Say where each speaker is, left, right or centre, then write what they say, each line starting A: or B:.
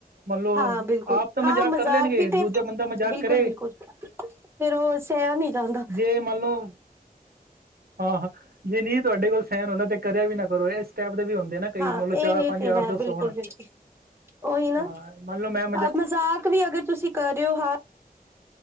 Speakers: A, on the right; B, on the right.
A: ਮੰਨ ਲਓ
B: ਹਾਂ, ਬਿਲਕੁਲ।
A: ਆਪ ਤਾਂ
B: ਹਾਂ, ਮਜ਼ਾਕ
A: ਕਰ ਲੈਣਗੇ
B: ਵੀ ਤੇ,
A: ਦੂਜਾ ਬੰਦਾ ਮਜ਼ਾਕ
B: ਬਿਲਕੁਲ-
A: ਕਰੇ
B: ਬਿਲਕੁਲ, ਫੇਰ ਉਹ। ਸ <unintelligible> ਨੀ ਜਾਂਦਾ।
A: ਜੇ ਮੰਨ ਲਓ ਹਾਂ- ਹਾਂ, ਜੇ ਨਹੀਂ, ਤੁਹਾਡੇ ਕੋਲ ਸਹਿਰ ਹੁੰਦਾ ਤੇ, ਕਰਿਆ ਵੀ, ਨਾ ਕਰੋ। ਇਹ ਸਟੈਪ। ਇਦੇ ਵੀ, ਹੁੰਦੇ ਨਾ ਕਈ।
B: ਹਾਂ
A: ਮਤਲਬ
B: ਇਹ
A: ਚਾਰ,
B: ਇਹ
A: ਪੰਜ
B: ਤੇ
A: ਯਾਰ
B: ਹੈ
A: ਦੋ,
B: ਬਿਲਕੁਲ
A: ਸੋ ਹੋਣ।
B: ਬਿਲਕੁਲ ਉਹੀ ਨਾ।
A: ਹਾਂ ਮੰਨ ਲਓ ਮੈਂ
B: ਹਾਂ, ਮਜ਼ਾਕ ਵੀ ਅਗਰ ਤੁਸੀਂ ਕਰ ਰਹੇ ਹੋ। ਹਾਂ।